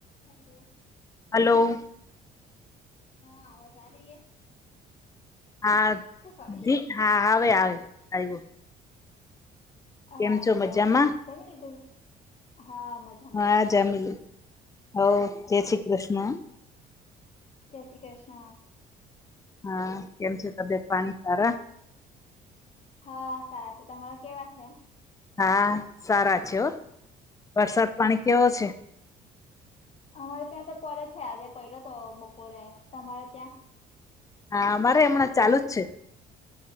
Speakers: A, on the left (about 40°); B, on the left (about 20°).
A: Hello
B: hello
A: હા આવાજ આ રહી હૅ?
B: હા-હા
A: સોરી
B: આવે આવે આવ્યું
A: હા
B: કેમ છો
A: તો
B: મજામાં
A: જમી લીધું હા મજા
B: હા જમીલીું હો જે શ્રી કૃષ્ણ
A: જય શ્રી કૃષ્ણ.
B: હા કેમ છે, તબ્યાત પાણી સારા?
A: હા સારા છે, તમારા કેવા છે?
B: હા સારા છે, વરસાદ પાણી કેવો છે?
A: અમારે ત્યાં તો પડે છે, આજે પડ્યો તો બપોરે તમારે ત્યાં?
B: હા અમારે હમણાં ચાલુ જ છે.